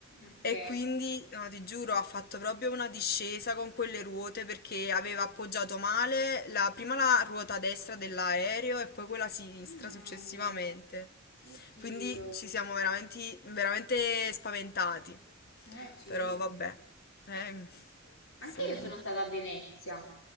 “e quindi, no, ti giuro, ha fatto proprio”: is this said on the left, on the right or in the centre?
Left